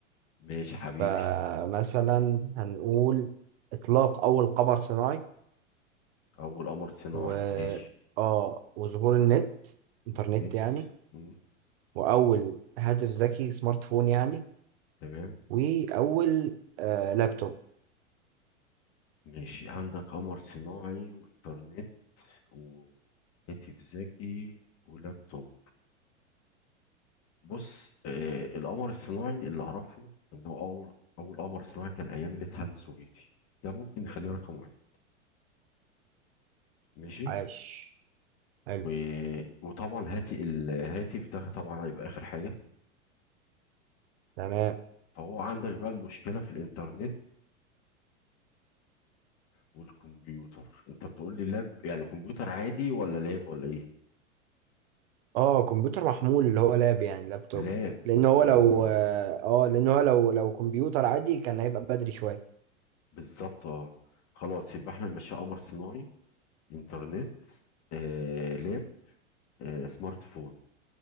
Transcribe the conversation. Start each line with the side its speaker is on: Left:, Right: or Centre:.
Left: ماشي حبيبي
Right: فمثلا هنقول إطلاق أول قمر صناعي
Left: أول قمر صناعي
Right: و
Left: ماشي
Right: اه وظهور النت
Left: والنت
Right: انترنت يعني
Left: مم.
Right: واول هاتف ذكي سمارت فون يعني
Left: تمام
Right: واول آه لابتوب
Left: ماشي عندك قمر صناعي وإنترنت وهاتف ذكي ولابتوب بص آه القمر الصناعي اللي اعرفه ان هو اول اول قمر صناعي كان ايام الاتحاد السوفيتي ده ممكن نخليه رقم واحد ماشي
Right: عاش حلو
Left: و... وطبعا هاتي الهاتف ده طبعا هيبقى اخر حاجه
Right: تمام
Left: فهو عندك بقى المشكله في الانترنت والكمبيوتر انت بتقول لي لاب يعني كمبيوتر عادي ولا لاب ولا ايه
Right: اه كمبيوتر محمول اللي هو لاب يعني لابتوب
Left: لاب
Right: لان هو
Left: آه
Right: لو اه آه، لان هو لو لو كمبيوتر عادي كان هيبقى بدري شويه
Left: بالظبط اه خلاص يبقى احنا ماشي قمر صناعي انترنت آه لاب آه، سمارت فون